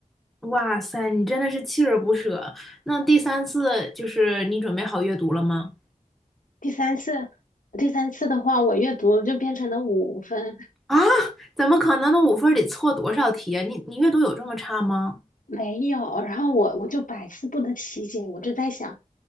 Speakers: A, in the centre; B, on the left (about 75°).
A: 哇塞，你真的是锲而不舍。那第三次就是你准备好阅读了吗？
B: 第三次，第三次的话，我阅读就变成了五分，
A: 啊，怎么可能？那五分儿得错多少题啊？你你阅读有这么差吗？
B: 没有，然后我我就百思不得其解，我就在想，